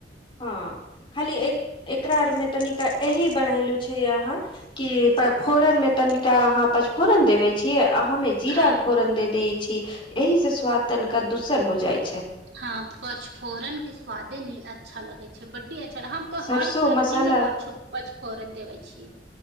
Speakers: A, on the left; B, on the right.
A: हँ खाली एक एकरा आरमे तनिका एही बढ़ैलु छै अहाँ कि पफोरन मे तनिका अहाँ पचफोरन देवे छियै आ हमे जीरा
B: हँ
A: फोरन दे देय छी एहिसे स्वाद तनिका दूसर हो जाय
B: हँ पचफोरन के स्वादे नि अच्छा लगै छै बड्डे छल हम तो
A: सरसो
B: हर सब्जीमे
A: मसाला
B: पच पचफोरन देबे छियै